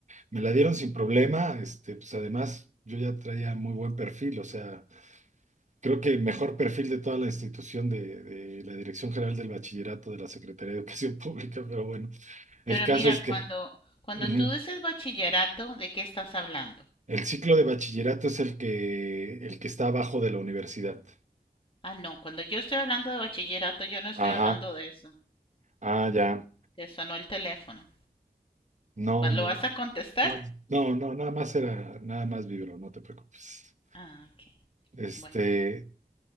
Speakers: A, on the right; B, on the left.
A: me la dieron sin problema. Este, pues además yo ya traía muy buen perfil, o sea, creo que el mejor perfil de toda la institución de, de la Dirección General del Bachillerato de la Secretaría de Educación <laughs> Pública, pero bueno,
B: Pero
A: el caso
B: mira,
A: es que
B: cuando, cuando
A: ujú,
B: tú dices bachillerato, ¿de qué estás hablando?
A: el ciclo de bachillerato es el que, el que está abajo de la universidad.
B: Ah, no, cuando yo estoy hablando de bachillerato, yo no estoy
A: Ajá,
B: hablando de eso.
A: ah, ya.
B: Te sonó el teléfono.
A: No,
B: ¿Va- ¿Lo
A: no,
B: vas
A: no.
B: a contestar?
A: No, no, no, nada más era, nada más vibro, no te preocupes.
B: Ah, ok.
A: Este,
B: Bueno.